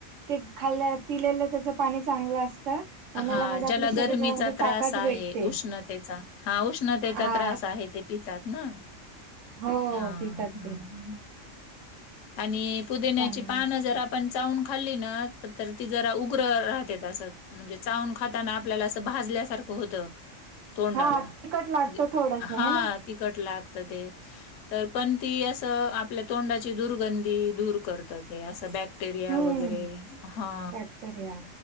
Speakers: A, on the right (about 70°); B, on the left (about 70°).
A: ते खाल्लं पिलेलं त्याचं पाणी चांगलं असतं उन्हाळ्यामध्ये
B: हा ज्याला
A: आपल्या शरीरामध्ये
B: गरमीचा त्रास
A: ताकद
B: आहे
A: भेटते
B: उष्णतेचा हा उष्णतेचा
A: हा
B: त्रास आहे ते पितात ना
A: हो
B: हां,
A: पितात
B: हां,
A: ते
B: हां. आणि पुदण्याची
A: चांगलं
B: पान
A: असत
B: जर आपण चावून खाल्ली ना तर ती जरा उग्र राहतेत असं म्हणजे चावून खाताना आपल्याला असं भाजल्यासारखं होतं. तोंडाला
A: हा तिखट लागतो
B: म्हणजे
A: थोडस हे
B: हा
A: ना
B: तिखट लागतं ते तर पण ती असं आपल्या तोंडाची दुर्गंधी ते दूर करत असं बॅक्टेरिया
A: हम्म
B: वगैरे हा
A: बॅक्टेरिया